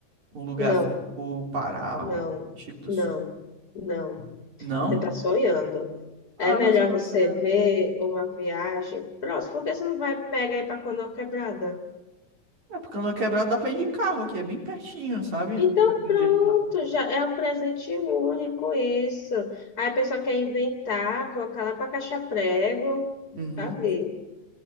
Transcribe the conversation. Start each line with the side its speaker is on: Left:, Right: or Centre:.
Right: um lugar
Left: não,
Right: assim, tipo Pará,
Left: não,
Right: algum tipo do
Left: não,
Right: Sul?
Left: não.
Right: Não?
Left: Você tá sonhando.
Right: Ah,
Left: É melhor
Right: mas eu gosto
Left: você
Right: de sonhar.
Left: ver uma viagem próxima, porque você não vai pegar aí pra Canoa Quebrada.
Right: É, porque andou quebrado dá pra ir de carro aqui, é bem pertinho, sabe?
Left: Então
Right: Lugar que a
Left: pronto,
Right: gente mora.
Left: já é um presente único isso. Aí a pessoa quer inventar, colocar lá para caixa prego,
Right: Uhum.
Left: sabe?